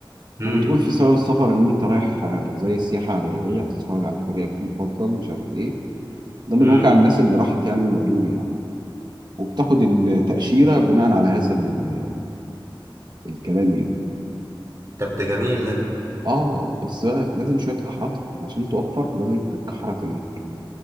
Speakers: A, on the right; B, on the right.
A: امم
B: وبتقول في سبب السفر ان انت رايح آه، زي سياحه رياضيه هتتفرج على فريقك المفضل مش عارف ايه ده من
A: امم
B: واقع الناس اللي راحت يعني وقالوا لي يعني وبتاخد التاشيره بناء على هذا ال- الكلام يعني
A: طب ده جميل ده
B: اه بس بقى لازم شويه كحرات عشان توفر لازم تتكحرت هناك